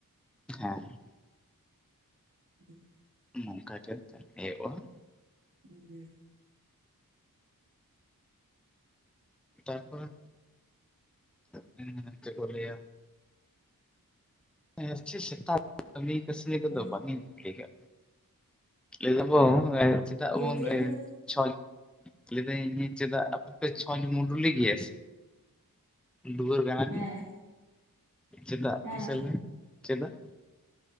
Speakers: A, in the centre; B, on the right.
A: ᱦᱮᱸ
B: <inaudible>
A: ᱱᱚᱝᱠᱟ ᱪᱮᱫ ᱦᱳᱭᱳᱜ ᱟ ᱾
B: <unintelligible>
A: ᱛᱟᱨᱯᱚᱨᱮ ᱦᱮᱸ ᱪᱮᱜ ᱠᱚ ᱞᱟᱹᱭᱟ ᱾ ᱟᱨ ᱪᱮ ᱥᱮᱛᱟ ᱠᱟᱹᱢᱤ ᱠᱟᱹᱥᱱᱤ ᱠᱚᱫᱚ
B: ᱦᱮᱸ
A: ᱵᱟᱹᱠᱤᱱ ᱠᱩᱞᱤᱭᱟ ᱞᱟᱹᱭ ᱫᱟᱵᱚ ᱮ ᱪᱮᱫᱟᱜ
B: ᱪᱮᱫ
A: ᱵᱚᱱ
B: ᱪᱮᱫ
A: ᱞᱟᱹᱭ
B: ᱵᱮᱱ
A: ᱪᱷᱚᱭ ᱞᱟᱹᱭ ᱫᱟᱹᱧ ᱪᱮᱫᱟᱜ ᱟᱯᱮ ᱯᱮ ᱪᱷᱚᱪ ᱢᱩᱰᱩᱞᱤᱭ ᱜᱮᱭᱟ ᱥᱮ᱾ ᱫᱩᱣᱟᱹᱨ ᱜᱟᱱᱟᱰᱤ
B: ᱦᱮᱸ
A: ᱾ ᱪᱮᱫᱟᱜ
B: ᱦᱮᱸ
A: ᱢᱟᱥᱮ ᱞᱟᱹᱭ ‌ᱢᱮ ᱪᱮᱫᱟᱜ?